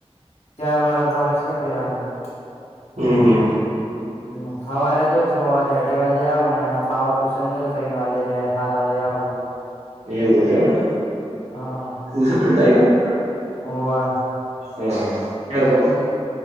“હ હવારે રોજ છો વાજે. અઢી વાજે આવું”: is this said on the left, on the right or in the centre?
Left